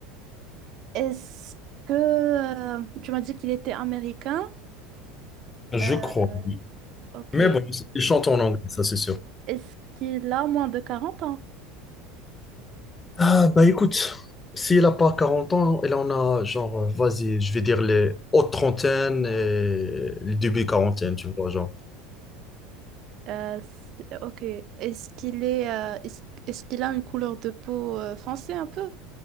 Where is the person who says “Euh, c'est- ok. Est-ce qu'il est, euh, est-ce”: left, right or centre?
Right